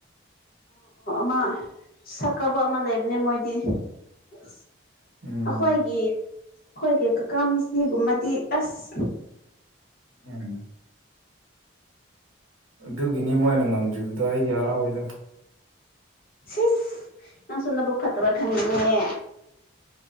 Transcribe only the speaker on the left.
ꯃꯥ ꯁꯛ ꯀꯥꯛꯄ ꯑꯃ ꯂꯩꯕꯅꯦ ꯃꯣꯏꯗꯤ ꯑꯁ
ꯑꯩꯈꯣꯏꯒꯤ ꯈꯣꯢꯒꯤ ꯀꯥꯀꯥ ꯃꯦꯁꯤꯒꯨꯝꯕꯗꯤ ꯑꯁ
ꯁꯤꯁ ꯅꯪꯁꯨ ꯅꯕꯨꯛ ꯐꯠꯇꯕ ꯈꯟꯒꯅꯨꯅꯦ